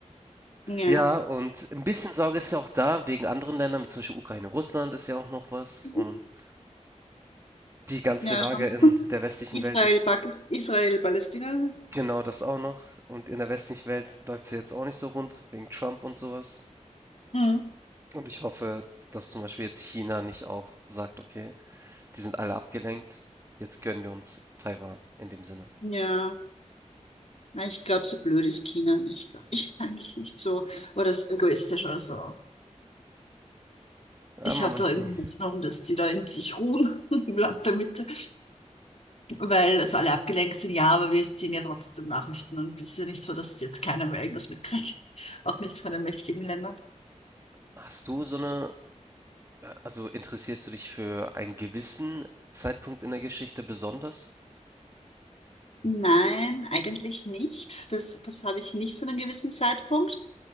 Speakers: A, on the left; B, on the right.
A: Ja.
B: Ja, und ein bisschen Sorge ist ja auch da wegen anderen Ländern, wie zum Beispiel Ukraine, Russland ist ja auch noch was.
A: Mhm.
B: Und die ganze
A: Ja,
B: Lage
A: schon.
B: in der westlichen
A: Israel,
B: Welt ist
A: Pakistan, Israel, Palästina?
B: genau das auch noch. Und in der westlichen Welt läuft es ja jetzt auch nicht so rund, wegen Trump und sowas.
A: Hm.
B: Und ich hoffe, dass zum Beispiel jetzt China nicht auch sagt, okay, die sind alle abgelenkt, jetzt gönnen wir uns Taiwan in dem Sinne.
A: Ja, nein, ich glaube, so blöd ist China nicht. glaub Ich <laughs> eigentlich nicht so. Oder so egoistisch oder so.
B: Ah,
A: Ich
B: man
A: habe
B: weiß
A: da irgendwie
B: nie.
A: Hoffnung, dass die da in sich ruhen <laughs> im Land der Mitte, weil es alle abgelenkt sind. Ja, aber wir sehen ja trotzdem Nachrichten und es ist ja nicht so, dass jetzt keiner mehr irgendwas mitkriegt. <laughs> Auch nicht von den mächtigen Ländern.
B: Hast du so eine, also interessierst du dich für einen gewissen Zeitpunkt in der Geschichte besonders?
A: Nein, eigentlich nicht. Das, das habe ich nicht zu einem gewissen Zeitpunkt.